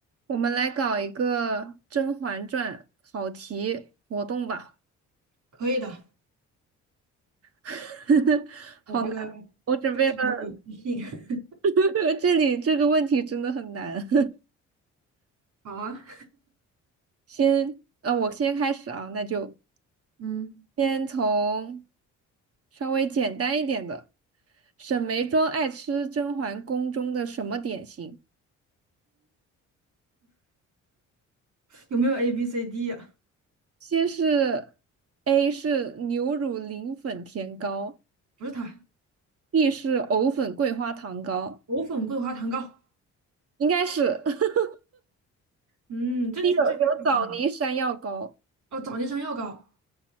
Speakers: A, on the right (about 50°); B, on the right (about 75°).
A: 我们来搞一个《甄嬛传》考题活动吧。
B: 可以的，
A: <laughs> 好难，
B: 我这个非常的有自信。
A: 我准备了，
B: <laughs>
A: <laughs> 这里这个问题真的很难。
B: 好啊，
A: <laughs> 先，呃，我先开始啊，那就
B: 嗯，
A: 先从稍微简单一点的。沈眉庄爱吃甄嬛宫中的什么点心？
B: 有没有 A B C D 呀、
A: 先是 A 是牛乳磷粉甜糕
B: 不是它，
A: ，B 是藕粉桂花糖糕，
B: 藕粉桂花糖糕。
A: 应该是。<laughs>
B: 嗯，这这这个这个很简单。
A: 有有枣泥山药糕，
B: 哦，枣泥山药糕，